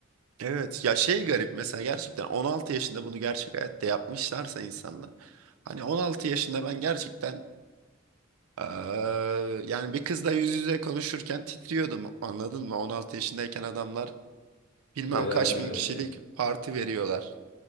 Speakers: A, on the right; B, on the left.
A: Evet ya şey garip mesela gerçekten 16 yaşında bunu gerçek hayatta yapmışlarsa insanlar hani 16 yaşında ben gerçekten eee, yani bir kızla yüz yüze konuşurken titriyordum anladın mı? 16 yaşındayken adamlar bilmem
B: Neler
A: kaç
B: neler
A: bin kişilik
B: yapıyor.
A: parti veriyorlar.